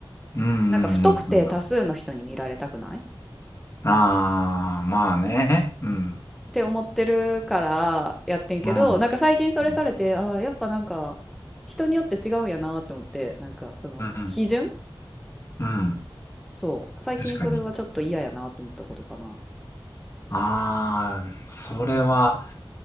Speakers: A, on the left; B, in the centre.
A: うんうんうんうん。
B: なんか不特定多数の人に見られたくないっ
A: ああ、まあね。うん。
B: て思ってるからやってんけど、
A: うん。
B: なんか最近それされて、
A: うん。
B: ああ、やっぱなんか人によって違うんやなって思って、なんかその基準
A: うん。うん
B: そう。最近それはちょっと嫌やなって思ったことかな。
A: 確かに。ああ、それは、